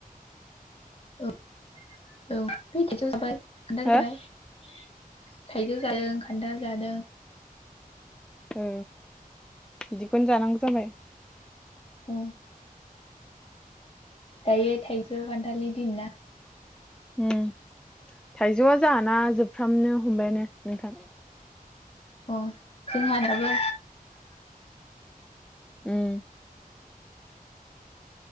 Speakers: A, on the left; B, in the centre.
A: औ-औ <unintelligible> खान्थाल
B: हो
A: जाबाय- थाइजौ जादों खान्थाल जादों।
B: औ बिदिखौनो जानांगौ जाबाय
A: औ दायो थाइजौ खान्थालनि दिन ना
B: ओम थाइजौआ जाहाना जोबफ्रामनो हमबायानो नोंथां
A: अ जोंहानाबो
B: उम